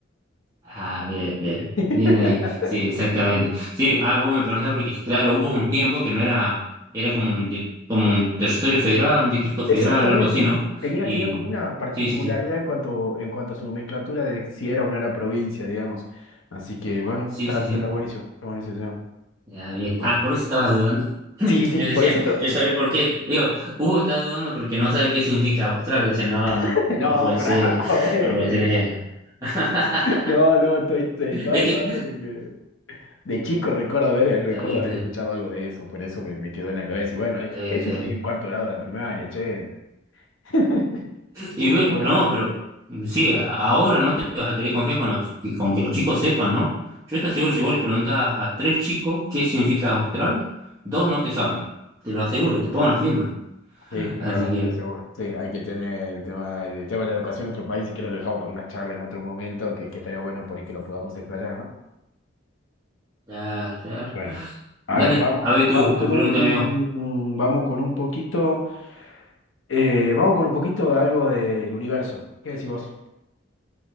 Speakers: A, on the right; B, on the left.
A: Ah, bien, bien,
B: <laughs>
A: bien ahí. Sí, exactamente. Sí, ah, vos me preguntás porque, claro, hubo un tiempo que no era, era como un, di- como un territorio federal, un distrito federal,
B: Exactamente.
A: algo así, ¿no?
B: Tenía,
A: Y
B: tenía como una particularidad
A: sí, sí, sí,
B: en cuanto, en cuanto a su nomenclatura de si era o no era provincia, digamos. Así que bueno,
A: sí,
B: está,
A: sí,
B: está,
A: sí.
B: está buenísimo, está buenísimo. sí.
A: Ah, bien.
B: Bueno.
A: Ah, por eso estabas dudando. <clears throat>
B: Sí, sí,
A: Yo
B: por
A: decía,
B: eso te-
A: yo sabía por qué. Digo, Hugo está dudando porque no sabe qué significa Australia. Decía, no, no,
B: <laughs> No,
A: no puede
B: pará,
A: ser,
B: <laughs> bueno.
A: no puede ser. <laughs>
B: No, no, estoy, te estaba
A: Es
B: dudando
A: que,
B: porque de chico recuerdo haber, recuerdo
A: está bien,
B: haber escuchado algo de eso, por eso me, me quedó en la cabeza. Y bueno, eh,
A: está bien,
B: eso
A: está
B: estudié
A: bien.
B: en cuarto grado de la primaria, che. <laughs>
A: Y bueno,
B: Bueno.
A: no, pero mm, sí, a- ahora no te vas a querer confiar con, los, que- con que los chicos sepan, ¿no? Yo estoy seguro, si vos le preguntás a tres chicos qué significa austral, dos no te saben. Te lo aseguro, te pongo una firma.
B: Sí, es verdad,
A: Así que,
B: es seguro. Sí, hay que tener el tema, el tema de la educación en otro país, y que lo dejamos para una charla en otro momento, que, que estaría bueno por ahí que lo podamos explayar, ¿no?
A: ya, ya.
B: Bueno, a
A: Dale,
B: ver, Vamos,
A: a ver tu,
B: vamos con
A: tu pregunta,
B: un,
A: amigo.
B: vamos con un poquito, eh, vamos con un poquito de algo del universo. ¿Qué decís vos?